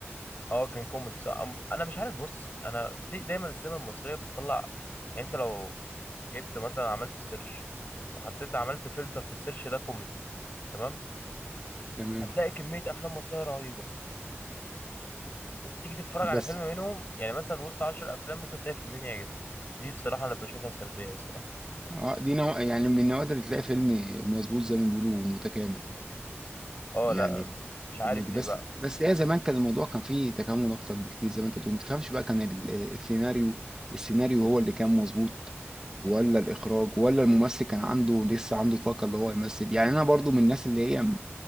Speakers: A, on the left; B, on the right.
A: اه كان كوميدي صح أم- انا مش عارف بص انا ليه دايما السينما المصريه بتطلع يعني انت لو جبت مثلا عملت سيرش وحطيت عملت فلتر في السيرش ده كوميدي تمام
B: تمام
A: هتلاقي كميه افلام مصريه رهيبه تيجي تتفرج على
B: بس
A: فيلم منهم يعني مثلا وسط 10 افلام ممكن تلاقي فيلمين يعجبك دي الصراحه انا بشوفها سلبيه الصراحه
B: اه دي نوع يعني من النوادر اللي تلاقي فيلم مظبوط زي ما بيقولوا متكامل
A: اه
B: يعني
A: لا مش عارف
B: كوميدي
A: ليه
B: بس
A: بقى
B: بس هي زمان كان الموضوع كان فيه تكامل اكتر بكتير زي ما انت بتقول ما تفهمش بقى كان ال- السيناريو السيناريو هو اللي كان مظبوط ولا الاخراج ولا الممثل كان عنده لسه عنده طاقه اللي هو يمثل يعني انا برضو من الناس اللي هي